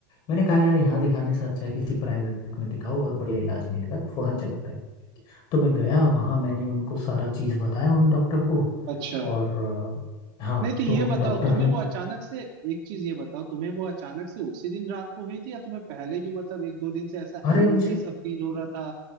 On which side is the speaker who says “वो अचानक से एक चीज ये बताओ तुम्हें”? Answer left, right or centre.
Right